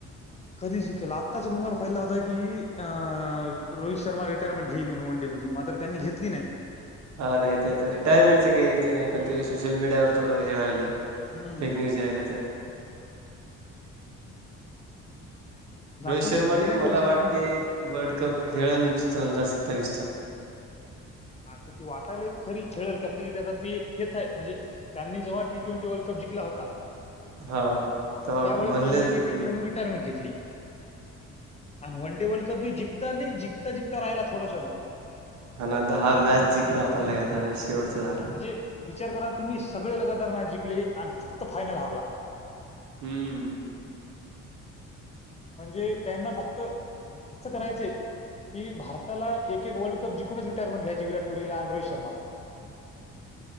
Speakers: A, on the left; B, on the right.
A: कधी जिंकेल आत्ताच रुमर फैयला होता की अ रोहित शर्मा रिटायरमेंट घेईल म्हणून वनडे मधून मात्र त्यांनी घेतली नाही.
B: हा नाही ते आता रिटायरमेंटचे काही इ तेे नाही पण ते सोशल मीडियावर थोडं हे व्हाले.
A: हम्म
B: फेक न्यूज यायलेत.
A: आता
B: रोहित
A: आपण
B: शर्मा
A: हे
B: ते
A: नाही
B: मला
A: करू शकत
B: वाटते.
A: ना
B: वर्ल्ड कप खेळ दोन हजार सत्तावीस चा.
A: हा तर ती वा. खरी खेळल कसय की ते हेच आहे म्हणजे त्यांनी जेव्हा टी ट्वेंटी वर्ल्ड कप जिंला होता.
B: हा तवा
A: त्यावेळेस
B: म्हणलेच
A: त्यांनी टी
B: होते
A: ट्वेंटी मधून रिटायरमेंट घेतली. आणि वन डे वर्ल्ड कप मी जिंता नाही जिता जिंता राहिला थोडशाहन
B: हा दहा मॅच जिंलो आपण लगातार आणि शेवटच झा.
A: म्हणजे विचार करा तुम्ही सगळे लगतार मॅच जिंकले आणि फक्त फायनल हारला.
B: हम्म.
A: म्हणजे त्यांना फक्त हीच करायचंय. की भारताला एक एक वर्ल्ड कप जिकूनच रिटायरमंट घ्यायची विराट कोहलीला आणि रोहित शर्माला